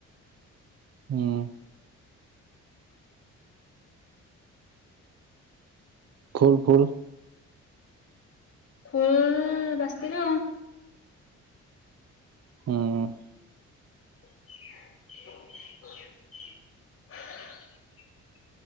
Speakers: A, on the right; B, on the left.
A: উম ফুল ফুল
B: ফুল বাচিলো
A: উম
B: <inaudible>